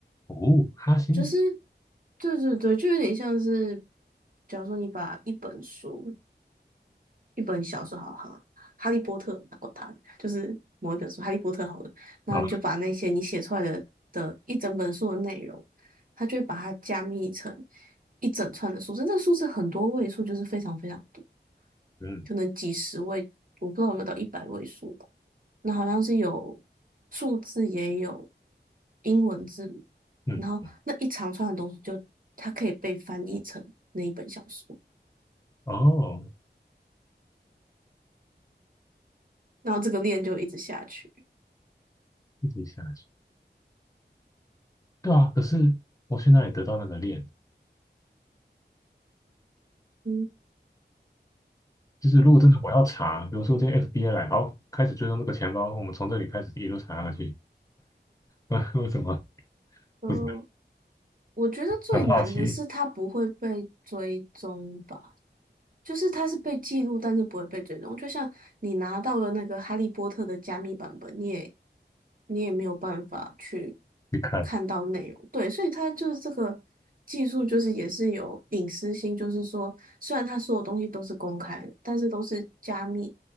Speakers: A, on the left (about 20°); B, on the right (about 50°).
A: 哦，哈星子
B: 就是对对对，就有点像是，假如说你把一本书、一本小说，好好，《哈利波特》，管它，就是某一本书《哈利波特》好了，然后你就把那些你写出来的的一整本书的内容，
A: 啊，
B: 它就会把它加密成一整串的数字，那个数字很多位数，就是非常非常多。
A: 嗯
B: 可能几十位，我不知道有没有到一百位数吧。那好像是有数字也有英文字母，
A: 嗯，
B: 然后那一长串的东西就它可以被翻译成那一本小说，
A: 哦，
B: 然后这个链就一直下去。
A: 一直下去，对啊，可是我去哪里得到那个链？
B: 嗯，
A: 就是如果真的我要查，比如说今天 FBI 来，好，开始追踪这个钱包，我们从这里开始一路查下去。<laughs> 为什么？
B: 呃，
A: 不是
B: 我觉得最难的是它不会被追踪吧。
A: 很好奇
B: 就是它是被记录，但是不会被追踪。就像你拿到了那个《哈利波特》的加密版本，你也你也没有办法去
A: 去看，
B: 看到内容。对，所以它就是这个技术，就是也是有隐私性，就是说虽然它所有东西都是公开的，但是都是加密